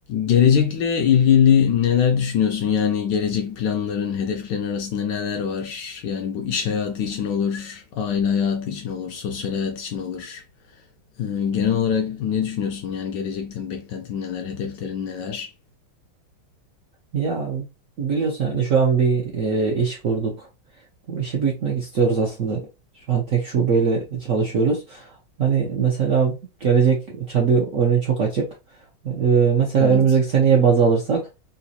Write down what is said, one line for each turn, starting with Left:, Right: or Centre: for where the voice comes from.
Left: Gelecekle ilgili neler düşünüyorsun? Yani gelecek planların, hedeflerin arasında neler var? Yani bu iş hayatı için olur, aile hayatı için olur, sosyal hayat için olur. Ee, genel olarak ne düşünüyorsun? Yani gelecekten beklentin neler, hedeflerin neler?
Right: Ya biliyorsun yani şu an bir e, iş kurduk. Bu işi büyütmek istiyoruz aslında. Şu an tek şubeyle çalışıyoruz. Hani mesela gelecek tabii önü çok açık. E, mesela
Left: Evet,
Right: önümüzdeki seneye baz alırsak